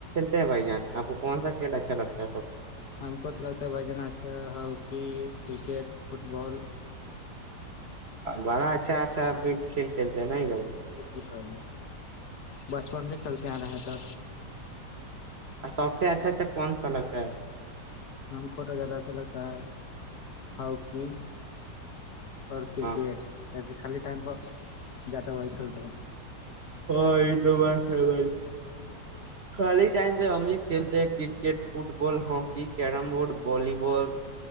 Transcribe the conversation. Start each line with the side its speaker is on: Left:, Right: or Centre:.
Right: ہے بھائی جان آپ کون سا کھیل اچھا لگتا ہے سب
Left: ہم کو تو لگتا ہے بھائی جان اچھا ہاکی کرکٹ فٹ بال
Right: بڑا اچھا اچھااب بھی کھیل کھیلتے ہیں نا بھائی جان
Left: جی بھائی بچپن سے کھیلتے آ رہا تھا
Right: سب سے اچھا اچھا کون سا لگتا ہے
Left: ہم کو تو زیادہ اچھا لگتا ہے ہکی اور کرکٹ
Right: ہاں
Left: آجی خالی ٹائم پرہ زیادہ وہی کھیلتے ہیں
Right: ہاں یہ تو بات ہےر ب ہے خالی ٹائم پہ ہم بھی کھیلتے ہیں cricket football ball hockey carrom board volleyball